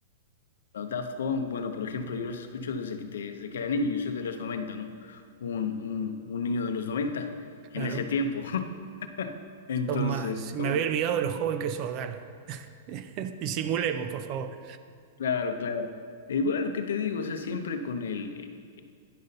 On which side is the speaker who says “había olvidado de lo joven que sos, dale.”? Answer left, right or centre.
Right